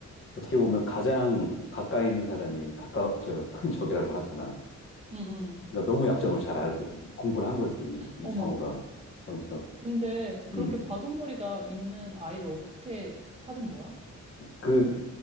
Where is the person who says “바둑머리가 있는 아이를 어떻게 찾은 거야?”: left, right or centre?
Right